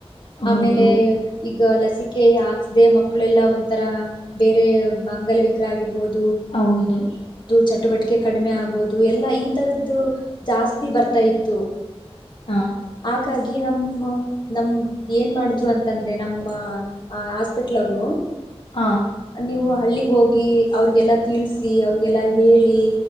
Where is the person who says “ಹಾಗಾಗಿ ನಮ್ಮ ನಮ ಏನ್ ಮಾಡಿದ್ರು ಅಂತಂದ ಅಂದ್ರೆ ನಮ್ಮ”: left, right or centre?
Left